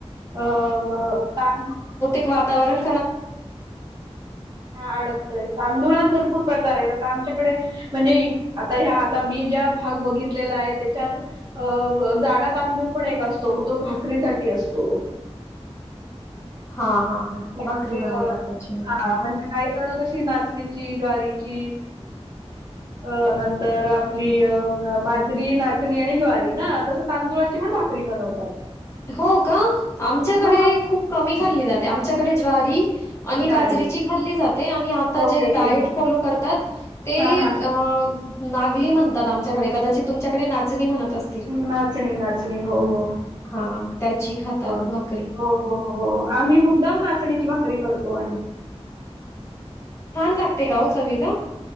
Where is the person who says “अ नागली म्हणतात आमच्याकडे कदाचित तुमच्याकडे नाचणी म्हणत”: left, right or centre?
Left